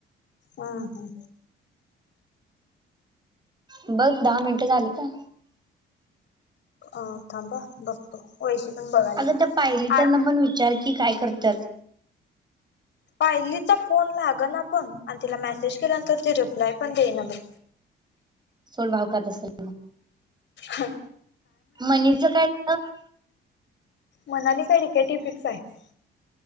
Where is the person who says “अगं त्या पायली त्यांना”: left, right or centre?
Right